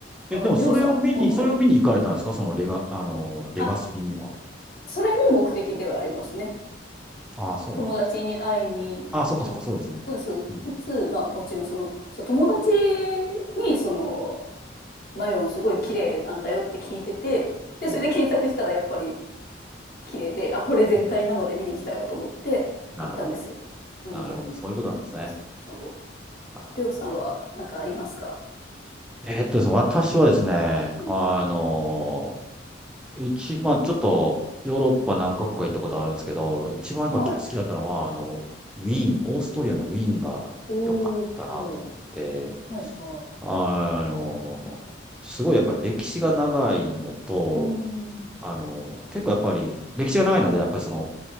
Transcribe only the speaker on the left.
う。あ、
りょうさん。あ、はいはい。
あ、それも目的ではありますね。
友達に会いに行きつつ、
つつ、まあもちろんその、そう、友達にその、マヨンすごい綺麗なんだよって聞いてて、で、
それで検索したらやっぱり綺麗で、あ、これ絶対生で見に行きたいわと思って行ったんですよ。
うん。
そう。そう
りょうさんはなんかありますか
うん。
はい。
おーおー、はいはい。
うん。